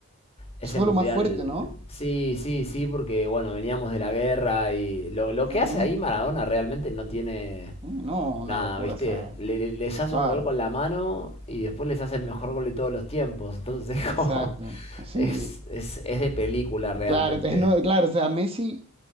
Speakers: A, on the left; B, on the right.
A: ese
B: eso fue
A: mundial,
B: lo más fuerte, ¿no?
A: sí, sí, sí, porque bueno, veníamos de la guerra y lo, lo
B: Ujú.
A: que hace ahí Maradona realmente no tiene
B: Sí, no, una
A: nada,
B: locura,
A: ¿viste?
B: o sea,
A: Le- le- les hace
B: claro,
A: un gol con la mano y después les hace el mejor gol de todos los tiempos. Entonces <laughs> es
B: exacto,
A: como,
B: sí,
A: es, es, es de película realmente.
B: claro, entonces, no, claro, o sea, Messi